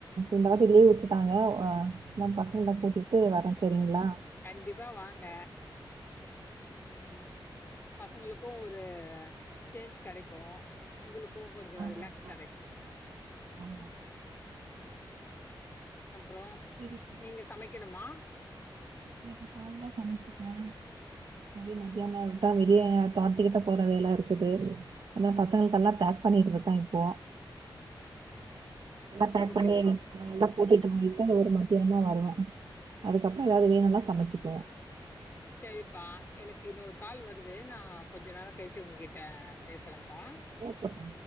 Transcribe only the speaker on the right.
இந்த வாட்டி லீவ் வுட்டுட்டாங்க எல்லா பசங்கள கூட்டிட்டு வர்ற போரிங்ளா
ஆமாப்பா
ஆமா
சரி
இன்னக் காலைய்ல சமைச்சிட்டோ சரி மத்தியானோம் விட்டா த வெளிய தோட்த்துக்கிட்ட போற வேல இருக்குது அதா பசங்களுக்கெல்லாம் பேக் பண்ணிட்டு இருக்கே இப்போ நல்லா பேக்
பண்ணி <unintelligible>
ல்லா கூட்டிட்டு போயி சரி ஒரு மத்தியானந்தா வருவே அதுக்கப்புறோம் ஏதாவது வேணும்னா சமைச்சுக்குவோ
ஓகே பா